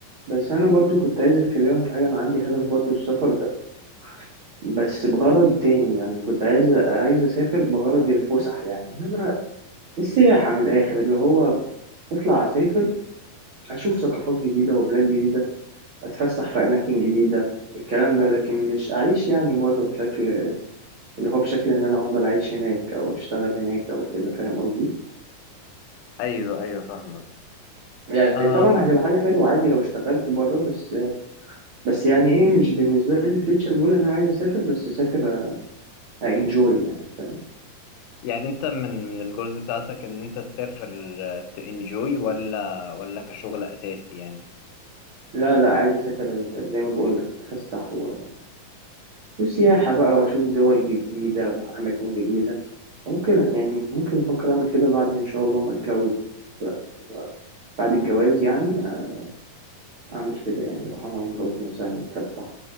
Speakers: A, on the right (about 75°); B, on the left (about 80°).
A: بس انا برضو كنت عايز اكلمك في حاجه انا عندي هدف برضو السفر ده بس بغرض تاني يعني كنت عايز عايز اسافر بغرض الفسح يعني ان انا السياحه من الاخر اللي هو اطلع اسافر اشوف ثقافات جديده وبلاد جديده اتفسح في اماكن جديده الكلام ده لكن مش اعيش يعني بره بشكل اللي هو بشكل ان انا افضل عايش هناك او اشتغل هناك او كده فاهم قصدي
B: ايوه ايوه فاهمك
A: يعني
B: آه
A: طبعا هتبقى حاجه حلوه عادي لو اشتغلت بره بس بس يعني ايه مش بالنسبة لي الفيوتشر جول ان انا عايز اسافر بس اسافر آه، انجوي يعني فاهم
B: يعني انت من من الجولز بتاعتك ان انت تسافر تنجوي ولا ولا كشغل اساسي يعني
A: لا لا عايز اسافر آه، زي ما بقول لك اتفسح و... وسياحة بقى واشوف دول جديدة اروح اماكن جديدة ممكن يعني ممكن افكر اعمل كده بعد ان شاء الله ما اتجوز بقى و- بعد الجواز يعني آه، اعمل كده يعني اروح انا ومراتي مثلا نتفسح